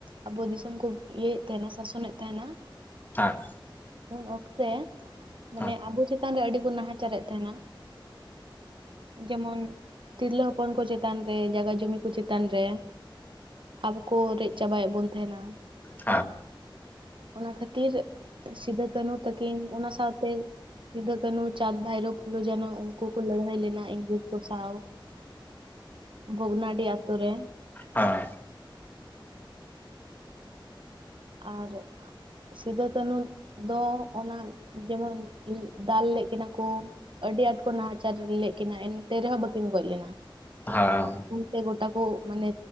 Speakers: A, on the right (about 70°); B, on the left (about 20°).
A: ᱟᱵᱚ ᱫᱤᱥᱚᱢ ᱠᱚ ᱤᱭᱟᱹᱭᱮᱫ ᱛᱟᱦᱮᱱᱟ ᱥᱟᱥᱚᱱᱮᱫ ᱛᱟᱦᱮᱱᱟ
B: <unintelligible>
A: ᱩᱱ ᱚᱠᱛᱮ ᱢᱟᱱᱮ
B: ᱦᱮᱸ ᱦᱮᱸ
A: ᱟᱵᱚ ᱪᱮᱛᱟᱱ ᱨᱮ ᱟᱹᱰᱤ ᱠᱚ ᱱᱟᱦᱟᱪᱟᱨᱮᱫ ᱛᱟᱦᱮᱱ-ᱟ᱾ ᱡᱮᱢᱚᱱ ᱛᱤᱨᱞᱟᱹ ᱦᱚᱯᱚᱱ ᱠᱚ ᱪᱮᱛᱟᱱ ᱨᱮ ᱡᱟᱜᱟ ᱡᱩᱢᱤ ᱠᱚ ᱪᱮᱛᱟᱱ ᱨᱮ᱾ ᱟᱵᱚ ᱠᱚ ᱨᱮᱡ ᱪᱟᱵᱟᱭᱮᱫ ᱵᱚᱱ ᱛᱟᱦᱮᱱ-ᱟ᱾
B: ᱦᱮᱸ
A: ᱚᱱᱟ ᱠᱷᱟᱹᱛᱤᱨ ᱥᱤᱫᱟᱹ ᱠᱟᱹᱱᱩ ᱛᱟᱹᱠᱤᱱ ᱚᱱᱟ ᱥᱟᱶᱛᱮ ᱥᱤᱫᱟᱹ ᱠᱟᱹᱱᱩ ᱪᱟᱸᱫᱽ ᱵᱷᱟᱭᱨᱳ ᱯᱷᱩᱞᱳ ᱡᱷᱟᱱᱚ ᱩᱝᱠᱩ ᱠᱚ ᱞᱟᱹᱲᱦᱟᱹᱭ ᱞᱮᱱᱟ ᱤᱝᱨᱮᱡᱽ ᱠᱚ ᱥᱟᱶ᱾ ᱵᱷᱚᱜᱽᱱᱟᱰᱤ ᱟᱛᱳ ᱨᱮ᱾
B: ᱦᱮᱸ
A: ᱟᱨ ᱥᱤᱫᱟᱹ ᱠᱟᱹᱱᱩ ᱫᱚ ᱚᱱᱟ ᱡᱮᱢᱚᱱ ᱫᱟᱞ ᱞᱮᱫ ᱠᱤᱱᱟᱹ ᱠᱚ ᱟᱹᱰᱤ ᱟᱸᱴ ᱠᱚ ᱱᱟᱦᱟᱪᱟᱨ ᱞᱮᱫ ᱠᱤᱱᱟ ᱮᱱᱛᱮ ᱨᱮᱦᱚᱸ ᱵᱟᱹᱠᱤᱱ ᱜᱚᱡ ᱞᱮᱱᱟ᱾
B: ᱦᱮᱸ
A: ᱛᱮ ᱜᱚᱴᱟ ᱠᱚ ᱢᱟᱱᱮ